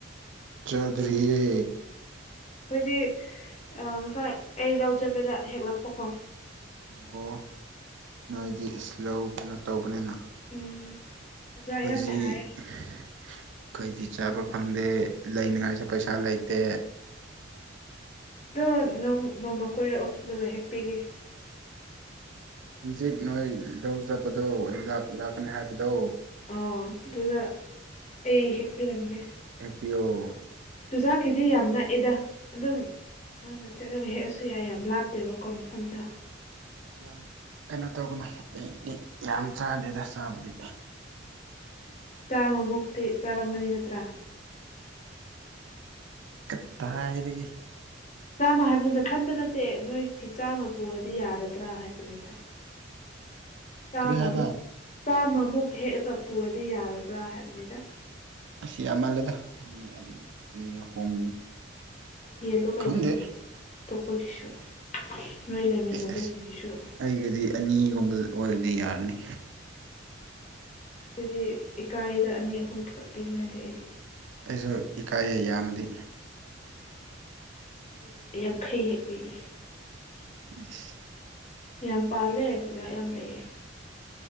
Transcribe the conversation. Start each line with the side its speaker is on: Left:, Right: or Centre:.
Right: ꯆꯥꯗ꯭ꯔꯤꯌꯦ
Left: ꯑꯩꯈꯣꯏꯗꯤ ꯉꯁꯥꯏ ꯑꯩ ꯂꯧ ꯆꯠꯄꯗ ꯍꯦꯛꯂꯛꯄꯀꯣ
Right: ꯑꯣ ꯅꯣꯏꯗꯤ ꯏꯁ ꯂꯧ ꯀꯩꯅꯣ ꯇꯧꯕꯅꯤꯅ
Left: ꯎꯝ ꯆꯨꯖꯥꯛ
Right: ꯑꯩꯈꯣꯏꯁꯤ
Left: ꯌꯥꯝ ꯊꯥꯏ
Right: ꯑꯩꯈꯣꯏꯗꯤ ꯆꯥꯕ ꯐꯪꯗꯦ ꯂꯩꯅꯉꯥꯏꯁꯨ ꯄꯩꯁꯥ ꯂꯩꯇꯦ
Left: ꯑꯗꯣ ꯅꯪ ꯅꯣꯡꯃ ꯀꯣꯏꯔꯛꯑꯣ ꯑꯗꯨꯒ ꯍꯦꯛ ꯄꯤꯒꯦ
Right: ꯍꯪꯖꯤꯛ ꯅꯣꯏ ꯂꯧ ꯆꯠꯄꯗꯣ ꯑꯩ ꯂꯥꯛ ꯂꯥꯛꯀꯅꯤ ꯍꯥꯏꯕꯗꯣ
Left: ꯑꯣ ꯑꯗꯨꯗ ꯑꯩ ꯍꯦꯛꯄꯤꯔꯝꯒꯦ
Right: ꯄꯤꯌꯣ
Left: ꯆꯨꯖꯥꯛꯀꯤꯗꯤ ꯌꯥꯝ ꯅꯛꯑꯦꯗ ꯑꯗꯨꯝ ꯅꯪꯅ ꯆꯠꯂꯒ ꯍꯦꯛꯑꯁꯨ ꯌꯥꯏ ꯌꯥꯝ ꯂꯥꯞꯇꯦꯕꯀꯣ ꯃꯐꯝꯗ
Right: ꯑꯁꯤ ꯌꯥꯝ ꯀꯩꯅꯣ ꯇꯧꯒꯅꯨ ꯑꯩꯗꯤ ꯌꯥꯝ ꯆꯥꯗꯦꯗ ꯆꯥꯕꯗꯤ
Left: ꯆꯥꯝꯃꯃꯨꯛꯇꯤ ꯆꯥꯔꯝꯒꯅꯤ ꯅꯠꯇ꯭ꯔꯥ
Right: ꯀꯠꯗꯥꯏꯗꯒꯤ
Left: ꯆꯥꯝꯃ ꯍꯥꯏꯕꯗꯨꯅ ꯅꯥꯊꯟꯇ ꯅꯠꯇꯦ ꯅꯣꯏꯒꯤ ꯆꯥꯝꯃ ꯄꯨꯔꯗꯤ ꯌꯥꯔꯗ꯭ꯔꯥ ꯍꯥꯏꯕꯅꯤꯇ <inaudible> ꯆꯥꯃꯃꯨꯛ
Right: ꯀꯔꯤ ꯍꯥꯏꯕ
Left: ꯆꯥꯃꯃꯨꯛ ꯍꯦꯛꯑꯒ ꯄꯨꯔꯗꯤ ꯌꯥꯔꯕ꯭ꯔꯥ ꯍꯥꯏꯕꯅꯤꯗ
Right: ꯑꯁꯤ ꯌꯥꯝꯃꯜꯂꯦꯗ ꯃꯤ ꯑꯅꯤ ꯑꯍꯨꯝ
Left: ꯌꯦꯂꯣ
Right: ꯎꯝ,
Left: ꯀꯥꯏꯅꯣ
Right: ꯈꯪꯗꯦ
Left: ꯃꯤ ꯑꯇꯣꯞꯄꯒꯤꯁꯨ ꯅꯣꯏ ꯂꯩꯃꯤꯟꯅꯕꯁꯤꯡꯒꯤꯁꯨ
Right: ꯑꯁ ꯑꯁ ꯑꯩꯒꯗꯤ ꯑꯅꯤꯒꯨꯝꯕ ꯑꯣꯏꯕꯗꯤ ꯌꯥꯔꯅꯤ
Left: ꯑꯗꯨꯗꯤ ꯏꯀꯥꯏꯗ ꯑꯅꯤ ꯑꯍꯨꯝ ꯈꯛꯄꯤꯔꯤꯅꯗꯦ ꯑꯩꯗꯤ
Right: ꯑꯩꯁꯨ ꯏꯀꯥꯏꯩ ꯌꯥꯝꯃꯗꯤ
Left: ꯑꯗꯨꯗꯤ ꯌꯥꯡꯈꯩ ꯍꯦꯛ ꯄꯤꯒꯦ
Right: ꯏꯁ
Left: ꯌꯥꯝ ꯄꯥꯜꯂꯦ ꯆꯨꯖꯥꯛ ꯌꯥꯝ ꯂꯩꯌꯦ